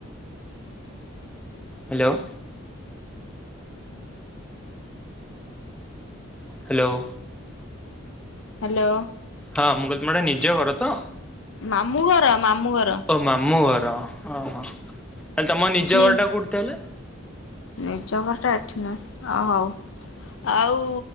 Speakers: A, in the centre; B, on the left.
A: ହ୍ୟାଲୋ। ହ୍ୟାଲୋ।
B: ହ୍ୟାଲୋ।
A: ହଁ ମୁଁ କହିଲି ଏଟା ତୁମ ନିଜ ଘର ତ।
B: ମାମୁଁ ଘର ମାମୁଁ ଘର।
A: ଓ ମାମଁ ଘର ଓହ ତାହାଲେ ତମ ନିଜ
B: ନି
A: ଘର ଟା କୋଠି ତାହାଲେ?
B: ନିଜ ଘରଟା ଏଠି ନୁହଁ ଆଉ ହଉ। ଆଉ